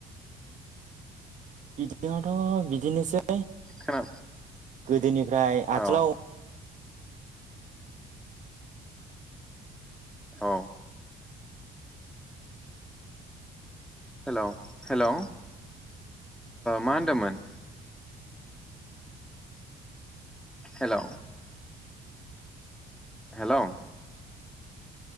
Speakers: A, on the right; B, in the centre.
A: बिदिङआथ' बिदिनोसै
B: खोना
A: गोदोनिफ्राय आथिखालाव
B: औ औ। हेलौ हेलौ मा होनदोंमोन। हेलौ। हेलौ।